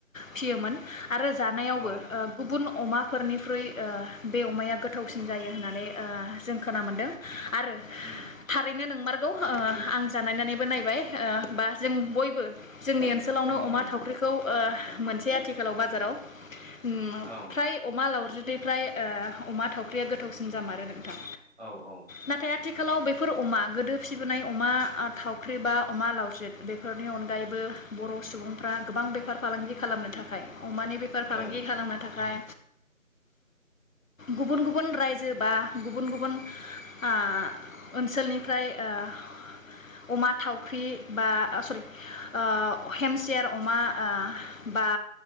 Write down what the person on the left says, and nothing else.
फियोमोन आरो जानायावबो
ओ गुबुन अमाफोरनिख्रुइ ओ बे अमाया गोथावसिन जायो होननानै ओ जों खोना मोनदों आरो
थारै बेनो नोंमारगौ ओ आं जानायनानैबो नायबाय ओ बा जों बयबो जोंनि ओनसोलावनो
अमा
थावख्रिखौ ओ मोनसै आथिखालाव बाजाराव ओम
फ्राय अमा लावज्रि द फ्राय ओ अमा थावख्रिया गोथावसिन जामारो नोंथां।
नाथाय आथिखालाव बेफोर अमा गोदो फिबोनाय अमा आ थावख्रि बा अमा लावज्रिद बेफोरनि अनगायैबो बर' सुबुंफ्रा गोबां बेफार फालांगि खालामनो थाखाय अमानि बेफार फालांगि
खालामनो थाखाय गुबुन गुबुन रायजो बा गुबुन गुबुन ओ ओनसोलनिफ्राय ओ अमा थावख्रि बा ओ सरि ओ हेमसेयार अमा ओ बा